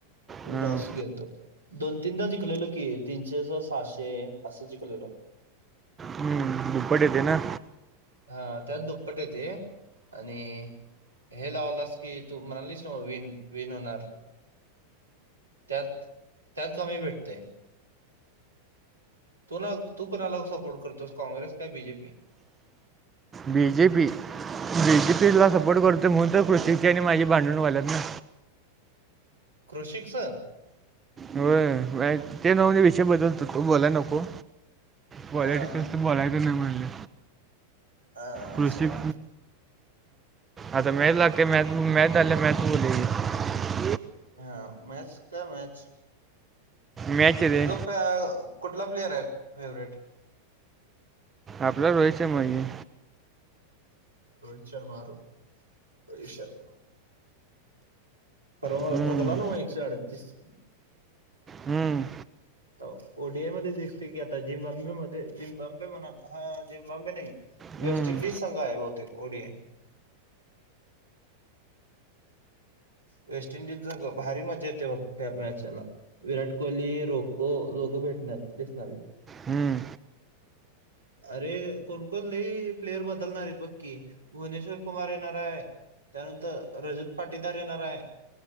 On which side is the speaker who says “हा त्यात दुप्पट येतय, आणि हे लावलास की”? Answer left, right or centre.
Right